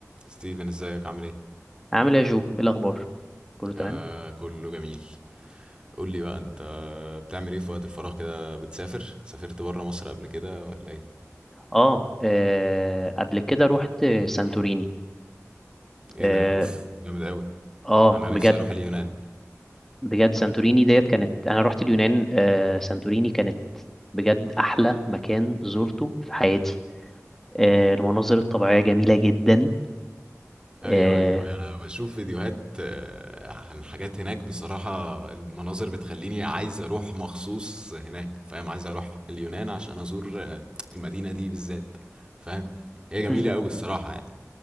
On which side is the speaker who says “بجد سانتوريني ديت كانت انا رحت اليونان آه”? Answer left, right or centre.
Centre